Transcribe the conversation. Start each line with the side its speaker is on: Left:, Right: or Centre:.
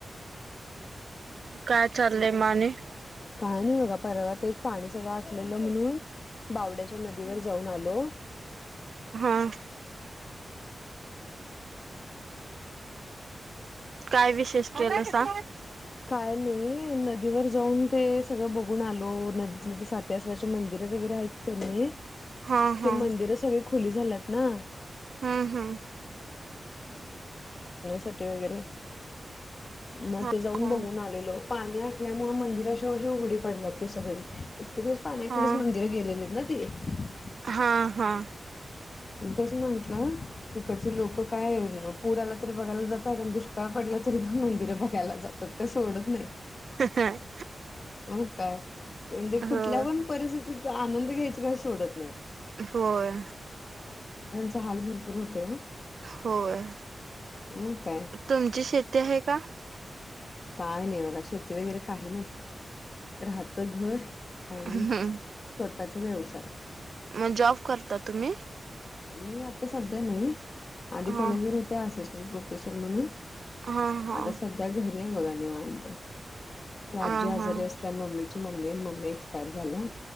Right: काय चाललंय म आणि
Left: काही नाही बघा, परवा तेच पाणी सगळं ले म्हणून बावड्याच्या नदीवर जाऊन आलो.
Right: ह काय विशेष केलसा?
Left: काय नाही. नदीवर जाऊन ते सगळं बघून आलो, नदी तिथं सातीआसराची मंदिर वगैरे हाइत क नाई
Right: हा हा
Left: ते मंदिर सगळी खू खुली झालात ना?
Right: हू हू.
Left: पटे वगैरे मग
Right: हा
Left: जाऊन बघून आलेलो. पाणी आटल्यामुळे मंदिर आशी उघडी पडल्या तशी पणं. इतके दिवस पाण्याखालीच
Right: हा
Left: मंदिर गेलेलेत ना? <inaudible>
Right: हा, हा.
Left: तेच म्हंटलं, इकडचे लोक काय पूराला तरी बघायला जात त्यात आणि दुष्काळ पडला तरी पणं मंदिरं बघायला जात ते सोडत नाहीत,
Right: हा
Left: मंग काय म्हणजे कुठल्या
Right: हो
Left: पण परी तिथ आनंद घ्यायचं काही सोडत नाहीत.
Right: होय.
Left: तर हाल भरपूर होतंय हो
Right: होय,
Left: मग काय
Right: तुमची शेती हाय का?
Left: काय नाही बघा, शेती वगैरे काही नाही, राहतं घर आणि
Right: हम्म,
Left: स्वतःचा व्यवसाय
Right: मग जॉब करता तुम्ही?
Left: मी आता सध्या नाही. आधी
Right: हा
Left: कॉलेजवर होते असिस्ट प्रोफेसर म्हणून
Right: हा हा
Left: आता सध्या घरी हाय बघा. निवांत. त्या
Right: हा
Left: आज्जी आजारी
Right: हा
Left: असताना मम्मीची मम्मे न मला एक्सपायर झाल्या,